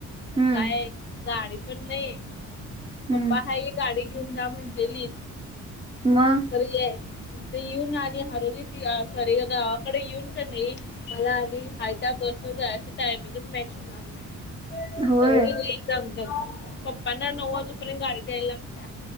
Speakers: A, on the left; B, on the right.
A: पण
B: हम्म
A: काय गाडी पण नाही
B: हम्म
A: पप्पा आहत गाडी घेऊन जा म्हटलेली
B: मग
A: येथे येऊन आणि हरवलीत सॉरी गावाकडे येऊन का नाही मला आणि हाय त्या बसने जायची टायमिंगच मॅच होणारच नाही
B: होय
A: सगळी दग दग पप्पांना नऊ वाजेपर्यंत गाडी द्यायला लागते